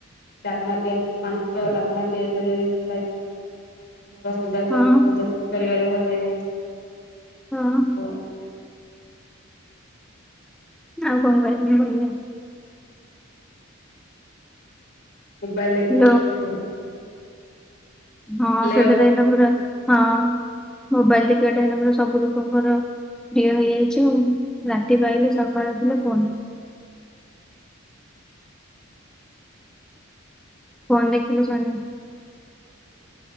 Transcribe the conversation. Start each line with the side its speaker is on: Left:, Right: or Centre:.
Left: ଡାଲମା ତିଆରି ମାଂସ ଡାଲମା ତିଆରି କରିବା ବି ଭଲ ଲାଗେ। ଘର ସଜା କରି
Centre: ହଁ
Left: ସଜାସଜି କରିବାରେ ଭଲ ଲାଗେ,
Centre: ହଁ
Left: ଆଉ
Centre: ଆଉ କଣ। <unintelligible>
Left: ମୋବାଇଲ ଦେଖାବାରେ,
Centre: ହ୍ୟାଲୋ
Left: ଭଲ ଲାଗେ।
Centre: ହଁ
Left: ହ୍ୟାଲୋ
Centre: ସେଟା ତ ଏଇନା ପୁରା ହଁ ମୋବାଇଲ ଦେଖିବା ଟା ଏଇନା ପରା ସବୁ ଲୋକଙ୍କର ପ୍ରିୟ ହେଇଯାଇଛୁ ରାତି ପାହିଲେ ସକାଳୁ ଉଠିଲେ ଫୋନ୍। ଫୋନ୍ ଦେଖିଲେ ଶୁଣିବୁ।